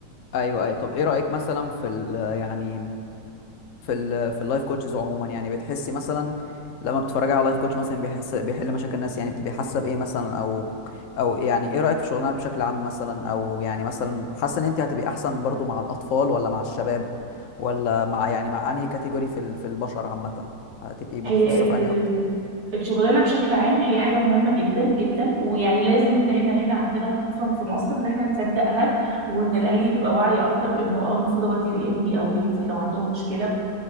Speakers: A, on the left; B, on the right.
A: ايوه ايوه طب ايه رأيك مثلا في ال يعني في ال في اللايف كوتشز عموما يعني بتحسي مثلا لما بتتفرجي على لايف كوتش مثلا بيحس بيحل مشاكل الناس يعني بتبقي حاسه بايه مثلا او او يعني ايه رأيك في شغلنا بشكل عام مثلا او يعني مثلا حاسه ان انت هتبقي احسن برضو مع الاطفال ولا مع الشباب ولا مع يعني مع انهي كاتيجوري في ال- في البشر عامة هتبقي متخصصه
B: هي ال...
A: في انهي اكتر
B: الشغلانه بشكل عام هي حاجه مهمه جدا جدا ويعني لازم ان احنا هنا عندنا وخصوصا في مصر ان احنا نصدقها وان الاهالي تبقى واعيه اكتر بانه اه المفروض اودي ابني او بنتي لو عندهم مشكله